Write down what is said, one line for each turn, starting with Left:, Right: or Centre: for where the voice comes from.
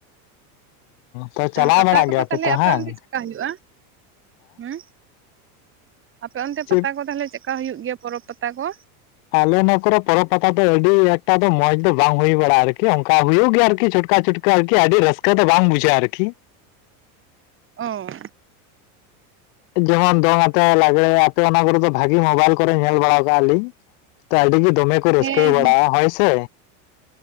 Left: ᱛᱚ ᱪᱟᱞᱟᱣ
Right: ᱟᱨ ᱯᱟᱛᱟ
Left: ᱵᱟᱲᱟᱜ
Right: ᱠᱚᱫᱚ
Left: ᱜᱮᱭᱟᱯᱮ
Right: ᱛᱟᱦᱚᱞᱮ
Left: ᱛᱚ
Right: ᱟᱯᱮ
Left: ᱦᱟᱝ
Right: ᱚᱱᱛᱮ ᱪᱮᱫ ᱠᱟ ᱦᱩᱭᱩᱜᱼᱟ ᱦᱮᱸ ᱟᱯᱮ ᱚᱱᱛᱮ ᱯᱟᱛᱟ
Left: ᱪᱮᱫ
Right: ᱠᱚ ᱛᱟᱦᱚᱞᱮ ᱪᱮᱫ ᱠᱟ ᱦᱩᱭᱩᱜ ᱜᱮᱭᱟ ᱯᱚᱨᱚᱵᱽ ᱯᱟᱛᱟ ᱠᱚ
Left: ᱟᱞᱮ ᱱᱚᱣᱟ ᱠᱚᱨᱮ ᱯᱚᱨᱚᱵᱽ ᱯᱟᱛᱟ ᱫᱚ ᱟᱹᱰᱤ ᱮᱠᱴᱟ ᱫᱚ ᱢᱚᱡᱽ ᱫᱚ ᱵᱟᱝ ᱦᱩᱭ ᱵᱟᱲᱟᱜᱼᱟ ᱟᱨᱠᱤ ᱚᱱᱠᱟ ᱦᱩᱭᱩᱜ ᱜᱮᱭᱟ ᱟᱨᱠᱤ ᱪᱷᱩᱴᱠᱟ ᱪᱷᱩᱴᱠᱟ ᱟᱨᱠᱤ ᱟᱹᱰᱤ ᱨᱟᱹᱥᱠᱟᱹ ᱫᱚ ᱵᱟᱝ ᱵᱩᱡᱷᱟᱹᱜᱼᱟ ᱟᱨᱠᱤ
Right: ᱚ
Left: ᱡᱮᱢᱚᱱ ᱫᱚᱝ ᱟᱛᱮ ᱞᱟᱜᱽᱲᱮ ᱟᱯᱮ ᱚᱱᱟ ᱠᱚᱨᱮ ᱫᱚ ᱵᱷᱟᱜᱮ ᱢᱳᱵᱟᱭᱤᱞ ᱠᱚᱨᱮ ᱧᱮᱞ ᱵᱟᱲᱟ ᱠᱟᱜᱼᱟ ᱞᱤᱧ ᱛᱚ ᱟᱹᱰᱤ ᱜᱮ ᱫᱚᱢᱮ ᱠᱚ ᱨᱟᱹᱥᱠᱟᱹ
Right: ᱦᱮᱸ
Left: ᱵᱟᱲᱟᱜᱼᱟ ᱦᱳᱭ ᱥᱮ